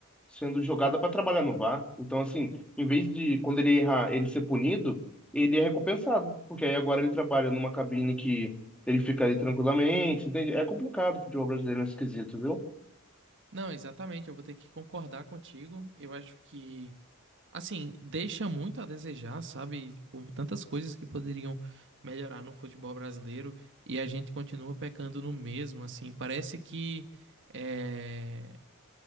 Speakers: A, in the centre; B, on the right.
A: sendo jogada para trabalhar no VAR. Então, assim, em vez de quando ele errar, ele ser punido, ele é recompensado, porque aí agora ele trabalha numa cabine que ele fica ali tranquilamente, entende? É complicado, o futebol brasileiro é esquisito, viu?
B: Não, exatamente, eu vou ter que concordar contigo. Eu acho que, assim, deixa muito a desejar, sabe? Tipo, Tantas coisas que poderiam melhorar no futebol brasileiro e a gente continua pecando no mesmo, assim. Parece que é,